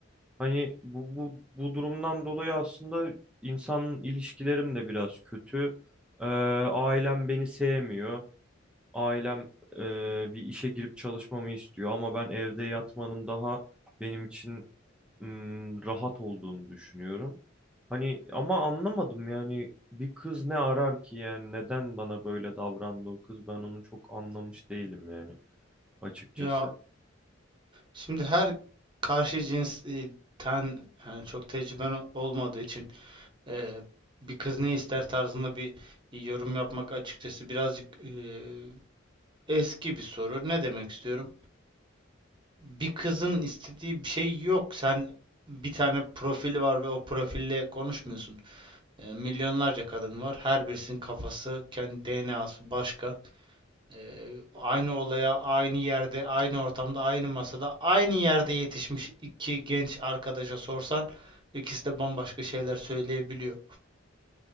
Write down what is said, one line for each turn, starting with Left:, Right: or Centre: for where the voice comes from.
Centre: Hani bu, bu, bu durumdan dolayı aslında insan ilişkilerim de biraz kötü. E, ailem beni sevmiyor. Ailem e, bir işe girip çalışmamı istiyor ama ben evde yatmanın daha benim için ım, rahat olduğunu düşünüyorum. Hani ama anlamadım yani bir kız ne arar ki yani neden bana böyle davrandı o kız ben onu çok anlamış değilim yani açıkçası.
Right: Ya şimdi her karşı cinsten yani çok tecrüben o- olmadığı için eee, bir kız ne ister tarzında bir yorum yapmak açıkçası birazcık eee, eski bir soru. Ne demek istiyorum? Bir kızın istediği bir şey yok. Sen bir tane profili var ve o profille konuşmuyorsun. E, milyonlarca kadın var. Her birisinin kafası, kendi DNA'sı başka. E, aynı olaya, aynı yerde, aynı ortamda, aynı masada, aynı yerde yetişmiş iki genç arkadaşa sorsan ikisi de bambaşka şeyler söyleyebiliyor.